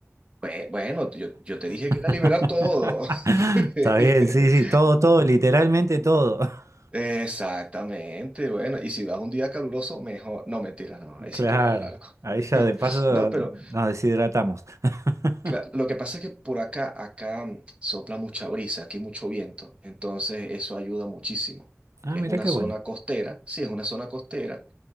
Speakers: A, on the right; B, on the right.
A: Bue- Bueno, yo, yo te dije
B: <laughs>
A: que era liberar todo. <laughs>
B: Está bien, sí, sí, todo, todo, literalmente todo. <laughs>
A: Exactamente, bueno, y si vas un día caluroso, mejor. No, mentira, no, ahí
B: Claro,
A: sí te va a dar algo.
B: ahí
A: <laughs>
B: ya de paso
A: No, pero
B: nos deshidratamos. <laughs>
A: cla- lo que pasa es que por acá, acá mm, sopla mucha brisa, aquí mucho viento, entonces eso ayuda muchísimo.
B: Ah,
A: Es
B: mirá
A: una
B: qué
A: zona
B: bueno.
A: costera, sí, es una zona costera,